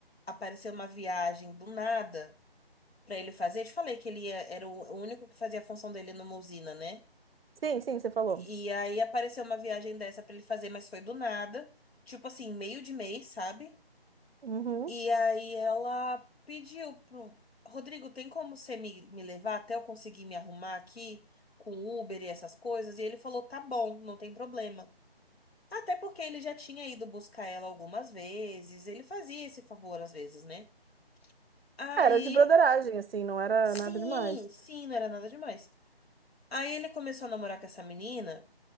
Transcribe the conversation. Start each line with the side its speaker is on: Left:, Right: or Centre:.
Left: apareceu uma viagem do nada pra ele fazer. Eu te falei que ele ia- era o único que fazia a função dele numa usina, né?
Right: Sim, sim, você falou.
Left: E aí apareceu uma viagem dessa pra ele fazer, mas foi do nada. Tipo assim, meio de mês, sabe?
Right: Uhum.
Left: E aí ela pediu pro Rodrigo, tem como você me, me levar até eu conseguir me arrumar aqui com Uber e essas coisas? E ele falou, tá bom, não tem problema. Até porque ele já tinha ido buscar ela algumas vezes, ele fazia esse favor às vezes, né? Aí,
Right: Era de broderagem, assim, não era
Left: sim,
Right: nada demais.
Left: sim, não era nada demais. Aí ele começou a namorar com essa menina.